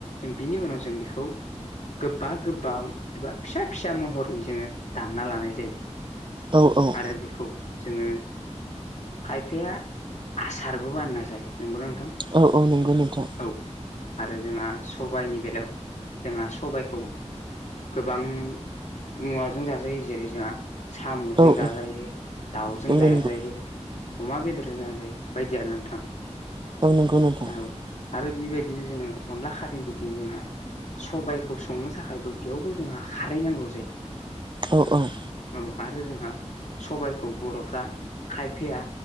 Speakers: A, on the left; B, on the right.
A: बिनि उनाव जों बेखौ गोबा गोबा एबा फिसा फिसा महरनि जोङो दानना लानाय जायो।
B: औ औ।
A: आरो बेखौ जोङो खायफाया आसारबो बानायना जायो नोंगौ नोंथां?
B: औ औ नंगौ नोंथां।
A: औ आरो जोंहा सबाइनि बेलायाव जोंहा सबाइखौ गोबां मुवाजों जाजायो जेरै जोंहा साम'जों
B: औ
A: जाजायो
B: औ
A: दाउजों
B: नंगौ
A: जाजायो।
B: नंगौ
A: अमा बेदरजों जाजायो बायदि आरो नोंथां।
B: औ नंगौ नोंथां।
A: औ आरो बेबायदिनो जोङो अनला खारैनो बायदिनो जोंहा सबायखौ संनो थाखायबो बेयावबो जोंहा खारै नांगौ जायो।
B: औ औ।
A: औ आरो जोंहा सबाइखौ बर'फ्रा खायफाया